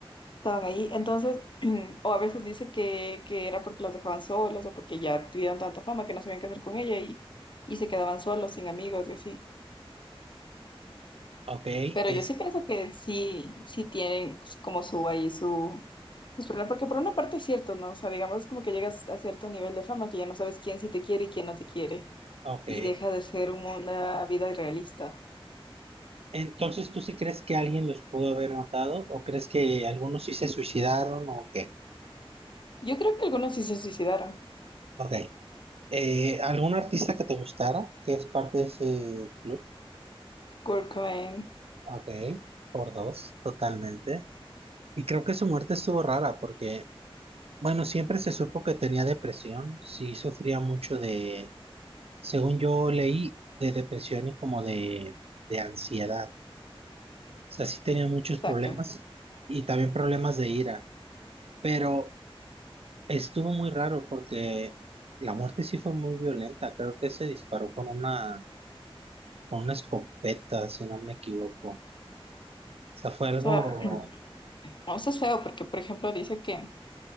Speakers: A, on the left (about 55°); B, on the right (about 80°).
A: estaban ahí. Entonces, <clears throat> o a veces dice que, que era porque los dejaban solos o porque ya tuvieron tanta fama que no sabían qué hacer con ella y, y se quedaban solos, sin amigos y así.
B: Ok,
A: Pero
B: es.
A: yo sí pienso que sí, sí tienen como su ahí su, sus problemas, porque por una parte es cierto, ¿no? O sea, digamos es como que llegas a cierto nivel de fama que ya no sabes quién sí te quiere y quién no te quiere
B: Ok.
A: y deja de ser un- una vida irrealista.
B: Entonces, ¿tú sí crees que alguien los pudo haber matado? ¿O crees que algunos sí se suicidaron? ¿O qué?
A: Yo creo que algunos sí se suicidaron.
B: Ok. Eh, ¿algún artista que te gustara? Que es parte de ese club.
A: Kurt Cobain,
B: Ok. Por dos, totalmente. Y creo que su muerte estuvo rara porque, bueno, siempre se supo que tenía depresión. Sí, sufría mucho de Según yo leí, de depresión y como de, de ansiedad. O sea, sí tenía muchos problemas
A: exacto.
B: y también problemas de ira. Pero estuvo muy raro porque la muerte sí fue muy violenta. Creo que se disparó con una, con una escopeta, si no me equivoco. O sea, fue algo...
A: O sea, <clears throat> o sea, es feo porque, por ejemplo, dice que